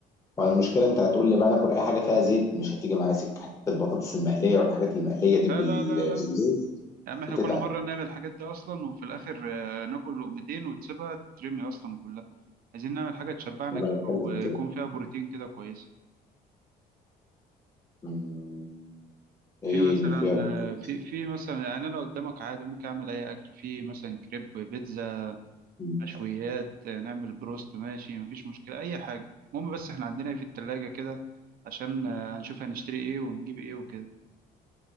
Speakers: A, on the left; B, on the right.
A: وانا المشكله انت هتقول لي بقى ناكل اي حاجه فيها زيت مش هتيجي معايا سكه حتى البطاطس المقليه والحاجات المقليه دي بال...
B: لا لا لا
A: بالليل
B: لا يا عم احنا
A: بتتعب
B: كل مره نعمل الحاجات دي اصلا وفي الاخر آه، ناكل لقمتين وتسيبها تترمي اصلا كلها عايزين نعمل حاجه تشبعنا
A: وانا
B: كده
A: بتكلم
B: ويكون
A: في كده
B: فيها بروتين كده كويس
A: مم. ايه
B: في مثلا
A: اللي فيها بروتين
B: آه، في في مثلا يعني انا قدامك عادي ممكن اعمل اي اكل في مثلا كريب بيتزا
A: مم.
B: مشويات نعمل بروست ماشي مفيش مشكلة أي حاجة المهم بس احنا عندنا إيه في التلاجة كده عشان آه، هنشوف هنشتري ايه ونجيب ايه وكده